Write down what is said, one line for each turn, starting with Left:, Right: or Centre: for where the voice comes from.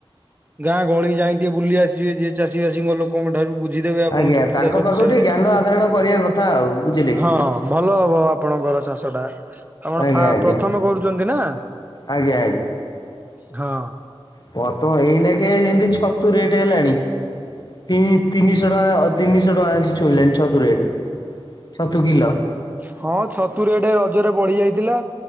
Right: ଗାଁ ଗହଳି ଯାଇ ଟିକେ ବୁଲି ଆସିବେ। ଯିଏ ଚାଷୀିବାସୀଙ୍କ ଲୋକ।। ଲୋକଙ୍କ ଠାରୁ ବୁଝିଦେବେ ଆପଣ
Left: ଆଜ୍ଞା
Right: ଛତୁ
Left: ତାଙ୍କ
Right: ଚାଷ
Left: ପାଖକୁ
Right: ବିଷୟରେ
Left: ଟିକେ ଜ୍ଞାନ ଆଧାରଣ କରିବା କଥା ଆଉ ବୁଝିଲେ କି
Right: ହଁ। ଭଲ ହବ ଆପଣଙ୍କର ଚାଷ ଟା ଆପଣ
Left: ଆଜ୍ଞା ଆଜ୍ଞା।
Right: ପ୍ରଥମେ କରୁଛନ୍ତି ନା
Left: ଆଜ୍ଞା
Right: ହଁ।
Left: ବତମ ଏଇନେ କେ ଯେମିତି ଛତୁ ରେଟ ହେଲାଣି। ତିନି ତିନିଶହ ଟଙ୍କା ତିନିଶହ ଟଙ୍କା ଆସି ଛୁଇଁଲାଣି ଛତୁ ରେଟେ। ଛତୁ କିଲ।
Right: ହଁ ଛତୁ ରେଟ୍ ଏ ରଜରେ ବଢି ଯାଇଥିଲା